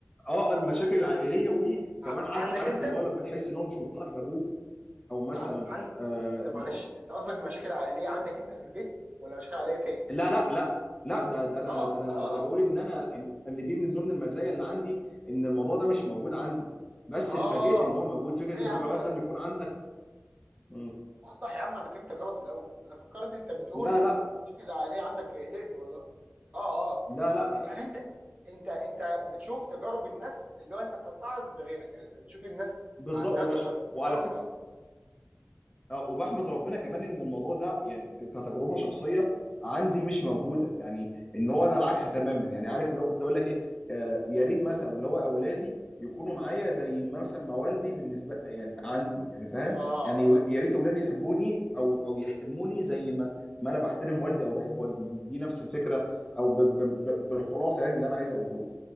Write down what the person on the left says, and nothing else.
اه المشاكل العائليه وكمان
عاد
عارف
اللي هو لما تحس ان هو مش مقتنع بابوه او مثلا
آه
ان هو
لا لا لا لا ده ده انا
ده انا
ده انا بقول
ان انا ان إن دي من ضمن المزايا اللي عندي ان الموضوع ده مش موجود عندي بس
اتفاجئت ان هو موجود فكره
انك
مثلا يكون عندك مم.
لا لا
لا لا
بالظبط
وبش
وعلى
فكره
اه وبحمد ربنا كمان ان الموضوع ده يعني ك- كتجربه شخصيه عندي مش موجوده يعني ان هو انا العكس تماما يعني عارف اللي هو كنت اقول لك ايه آه، يا ريت مثلا اللي هو اولادي يكونوا معايا زي ما مثلا ما والدي بالنسبه يعني عندي يعني فاهم
يعني
يا ريت اولادي يحبوني او او يحترموني زي ما ما انا بحترم والدي او بحب والدي دي نفس الفكره او ب ب ب بالخلاصه يعني اللي انا عايز اقوله لك